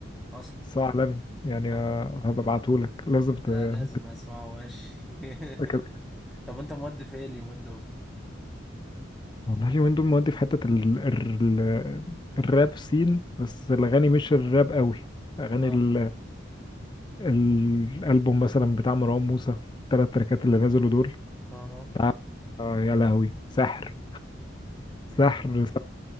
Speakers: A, in the centre; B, on the left.
A: اصلا
B: بس هو عالمي يعني
A: اه
B: آه، هبقى ابعتهولك لازم ت-
A: لا لازم اسمعه ماشي
B: <laughs>
A: <laughs> طب انت مودي في ايه اليومين دول
B: والله اليومين دول مودي في حتة ال... ال... ال- الراب سين بس الأغاني مش الراب قوي أغاني
A: اه
B: ال... ال- الألبوم مثلا بتاع مروان موسى التلات تراكات اللي نزلوا دول
A: اه
B: ده آه، يا لهوي سحر سحر,
A: اه والله
B: سحر.